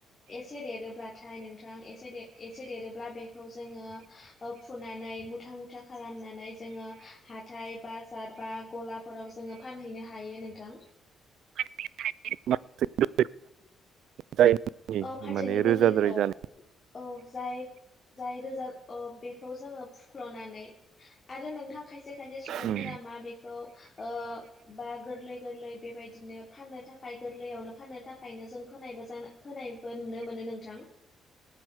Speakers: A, on the left; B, on the right.
A: एसे देरोब्लाथाय नों थां एसे दे एसे देरोब्ला बे खौ जोङो ओ फुनानै मुथा मुथा खालामनानै जोङो हाथाय बाजार बा गलाफोराव जोङो फानहैनो हायो नोंथां।
B: <unintelligible> जायनि
A: औ फाथोनि
B: माने
A: गोलैखौ
B: रोजाद्राय जा
A: औ जाय जाय रोजा अ बेखौ जोङो फुख्ल'नानै आरो नोंथां खायसे खायसे सुबुंफोरा
B: उम
A: मा बेखौ ओ बा गोरलै गोरलै बेबायदि बिदिनो फाननो थाखाय गोरलैयावनो फाननो थाखायनो जों फोनायबो जानो फोनायबो नुनो मोनो नोंथां